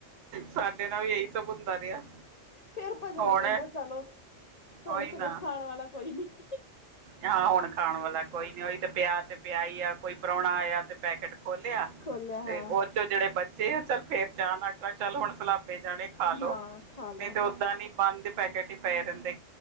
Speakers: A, on the right; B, on the left.
A: ਸਾਡੇ ਨਾਲ ਵੀ ਇਹੀ ਸਭ ਹੁੰਦਾ ਰਿਹਾ
B: ਫੇਰ ਭੱਜਣਾ
A: ਹੁਣ
B: ਪੈਂਦਾ ਚਲੋ, ਹੁਣ
A: ਉਹੀ
B: ਸਗੋਂ
A: ਨਾ
B: ਖਾਣ ਵਾਲਾ ਕੋਈ ਨੀ। <inaudible>
A: ਹਾਂ ਹੁਣ ਖਾਣ ਵਾਲਾ ਕੋਈ ਨੀ, ਓਈ ਤੇ ਪੇਆ ਤੇ ਪੇਆ ਈ ਆ, ਕੋਈ ਪ੍ਰੌਣਾ ਆਏਆ ਤੇ ਪੈਕੇਟ ਖੋਲਿਆ,
B: ਖੋਲਿਆ
A: ਤੇ
B: ਹਾਂ
A: ਓ ਚੋਂ ਜੇੜੇ ਬਚੇ ਚੱਲ ਫੇਰ ਚਾਅ ਨਾਲ, ਚੱਲ ਹੁਣ ਸਲਾਬੇ ਜਾਣੇ। ਖਾਲੋ
B: ਹਾਂ ਖਾ ਲੋ
A: ਨੀ ਤੇ ਓਦਾਂ ਨੀ ਬਾਂਦ ਦੇ ਪੈਕੇਟ ਈ ਪਏ ਰੈਂਦੇ।